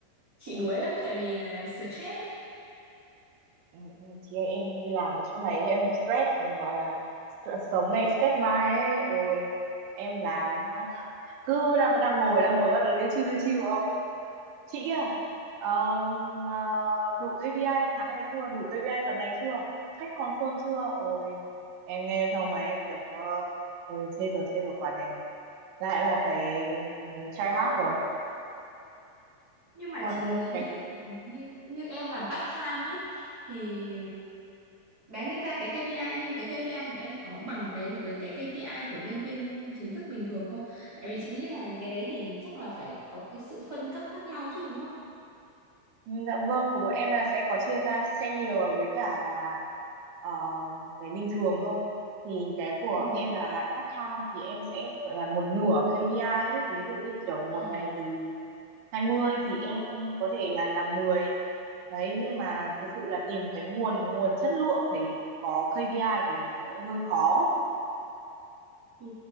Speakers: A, on the right; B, on the right.
A: chị đuối lắm tại vì là stress ấy.
B: Ừ, ừ, chị ơi, em đi làm ở chỗ này em stress gọi là stress, sống này stress mai ấy ôi em làm ờ, cứ đang đang ngồi đang ngồi bắt đầu lưu chiêu lưu chiêu chị kia ờ, ờ, đủ KPI tháng này chưa đủ KPI tuần này chưa khách confirm chưa ôi em nghe xong mà em kiểu uh, rồi chết rồi chết rồi quả này lại là phải ừ, try hard rồi
A: Nhưng mà
B: còn
A: chị nghĩ nghĩ
B: cái
A: như, như em làm part time ấy thì đáng lẽ ra cái KPI nhưng cái KPI của em có bằng cái với cái KPI của nhân viên chính thức bình thường không? Tại vì chị nghĩ là cái đấy thì chắc là phải có cái sự phân cấp khác nhau chứ đúng không?
B: Ừ, Dạ vâng, của bọn em là sẽ có chia ra senior với cả là ờ, cái bình thường thôi. Thì cái của
A: Ừ.
B: em là làm part time thì em sẽ gọi là một nửa KPI ấy. Ví dụ như kiểu một
A: Ờ.
B: ngày thì 20 thì em có thể là làm mười Đấy, nhưng mà thực sự là tìm cái nguồn nguồn chất lượng để có KPI thì nó lại hơi khó.
A: Ừ,